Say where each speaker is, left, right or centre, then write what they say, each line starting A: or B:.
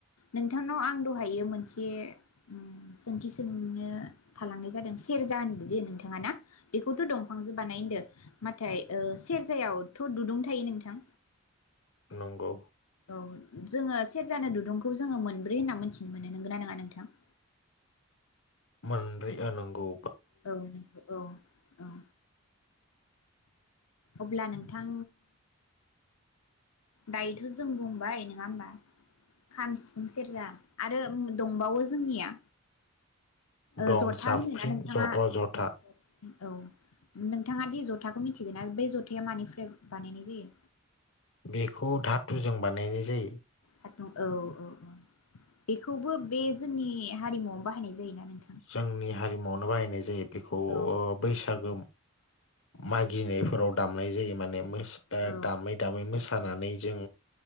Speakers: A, on the left (about 80°); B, on the left (about 60°).
A: नोंथांनाव आं दहायो मोनसे ओम सोंथि सोंनो थालांनाय जादों सेरजा होनदो दे नोंथाङा ना बेखौथ' दंफांजो बानाय होनदो नाथाय ओ सेरजायावथ' दुदुं थायो नोंथां।
B: नंगौ।
A: औ जोङो सेरजानो दुदुंखौ जोङो मोनब्रै होनना मोनथिनो मोनो। नोंगोना नोङा नोंथां?
B: मोनब्रै ओ नोंगौ।
A: औ नोंगौ औ। औ अब्ला नोंथां दायोथ' जों बुंबाय नोङा होमबा खाम सिफुं सेरजा आरो दंबावो जोंनिया ओ
B: दं
A: जथा
B: जाबख्रिं
A: होनोना नोंथाङा
B: ज अ जथा
A: <unintelligible> औ नोंथाङा दि जथाखो मिथिगोना बे जथाया मानिफ्राय बानायनाय जायो?
B: बेखौ धाथुजों बानायनाय जायो।
A: धातुं औ औ औ बेख खौबो बे जोंनि हारिमुआवनो बा हानाय जायो ना नों
B: जोंनि हारिमुआवनो बाहायनाय जायो बेखौ
A: औ
B: अ बैसागो मागिनायफोराव दामनाय जायो। माने मोस ओ
A: औ
B: दामै दामै मोसानानै जों